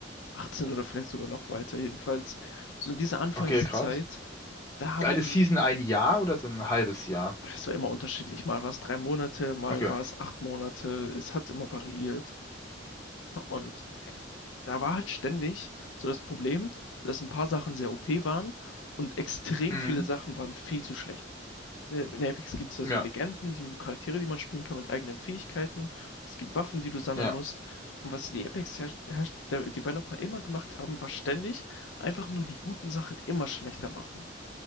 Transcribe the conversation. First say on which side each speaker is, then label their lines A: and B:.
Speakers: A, on the left (about 80°); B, on the left (about 15°).
A: 18 oder vielleicht sogar noch weiter. Jedenfalls, so in dieser Anfangszeit,
B: Okay, krass.
A: da
B: Ist
A: haben
B: eine
A: die,
B: Season ein Jahr oder so ein halbes Jahr?
A: oh, das war immer unterschiedlich. Mal war es drei Monate, mal
B: Okay.
A: war es acht Monate. Es hat immer variiert. Und da war halt ständig so das Problem, dass ein paar Sachen sehr OP waren und extrem
B: Mhm.
A: viele Sachen waren viel zu schlecht. Ne, In Apex gibt es ja
B: Ja,
A: so Legenden, die Charaktere, die man spielen kann mit eigenen Fähigkeiten. Es gibt Waffen, die du sammeln
B: ja.
A: musst. Und was die Apex-Developer immer gemacht haben, war ständig einfach nur die guten Sachen immer schlechter machen.